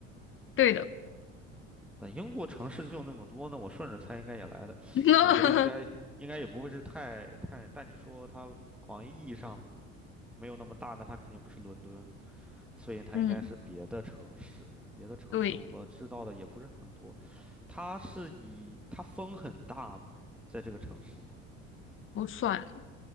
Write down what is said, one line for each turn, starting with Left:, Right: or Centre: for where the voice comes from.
Left: 对的，
Centre: 那英国城市就那么多呢，那我顺着猜应该也来的。
Left: <laughs>
Centre: 我觉得应该应该也不会是太太，但你说它广义意义上没有那么大，那它肯定不是伦敦，所以它应该是别的城市。
Left: 嗯，
Centre: 别的城市我知道的也不是很多。
Left: 对，
Centre: 它是以它风很大吗？在这个城市里
Left: 不算，